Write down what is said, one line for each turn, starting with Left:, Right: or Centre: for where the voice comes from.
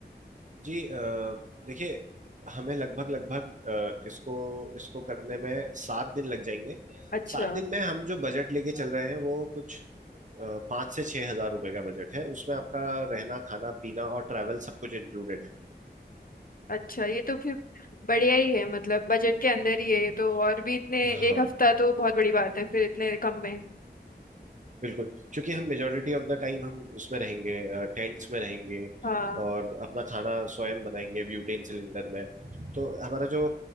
Right: जी अ, देखिए हमें लगभग लगभग अ, इसको इसको करने में सात दिन लग जाएंगे
Left: अच्छा
Right: सात दिन में हम जो बजट लेके चल रहे हैं वो कुछ अ, पाँच से छह हजार रुपए का बजट है उसमें आपका रहना खाना पीना और ट्रैवल सब कुछ इंक्लूडेड है
Left: अच्छा ये तो फिर बढ़िया ही है मतलब बजट के अंदर ही है ये तो और भी इतने
Right: हाँ
Left: एक हफ्ता तो बहुत बड़ी बात है फिर इतने कम में
Right: बिल्कुल क्योंकि हम मेजोरिटी ऑफ द टाइम हम उसमें रहेंगे टेंट्स में रहेंगे
Left: हाँ
Right: और अपना खाना स्वयं बनाएंगे ब्यूटेन सिलेंडर में तो हमारा जो